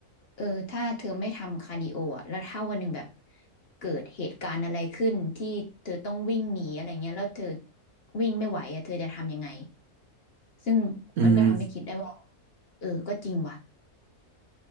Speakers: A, on the left (about 50°); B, on the right (about 75°).
A: เออถ้าเธอไม่ทำคาร์ดิโออะแล้วถ้าวันหนึ่งแบบเกิดเหตุการณ์อะไรขึ้นที่เธอต้องวิ่งหนีอะไรเงี้ยแล้วเธอวิ่งไม่ไหวอะเธอจะทำยังไงซึ่งมันก็ทำให้คิดได้ว่า
B: อืม
A: เออก็จริงว่ะ